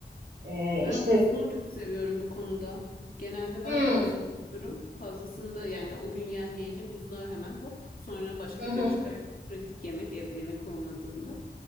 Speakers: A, on the right; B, on the left.
A: Ee, işte
B: Ben buzluğu çok seviyorum bu konuda. Genelde ben
A: Hmm,
B: fazla yapıyorum. Fazlasında yani o gün yenmeyeni buzluğa hemen hop sonra başka
A: hı hı,
B: gün çıkartıp pratik yemek evde yemek olmadığında.